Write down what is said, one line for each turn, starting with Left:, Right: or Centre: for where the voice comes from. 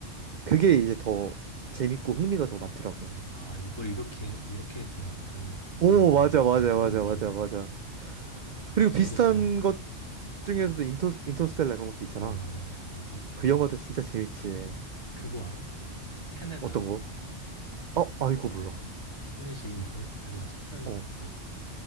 Right: 그게 이제 더 재밌고 흥미가 더 많더라고.
Left: 맞아. 아, 이걸 이렇게 이렇게 했구나. 이, 이렇게
Right: 오,
Left: 만들었구나.
Right: 맞아, 맞아,
Left: 그런
Right: 맞아,
Left: 느낌.
Right: 맞아, 맞아. 그리고
Left: 아, 진짜
Right: 비슷한
Left: 잘
Right: 것 중에서도 인터, 인터스텔라 그런 것도 있잖아.
Left: 어 맞아, 맞아. 인터스텔라.
Right: 그 영화도 진짜 재밌지.
Left: 그거 알아? 테넷
Right: 어떤
Left: 알아?
Right: 거? 어,
Left: 테
Right: 아, 이거 몰라.
Left: 테넷이 인터스텔라 속편이거든.
Right: 어.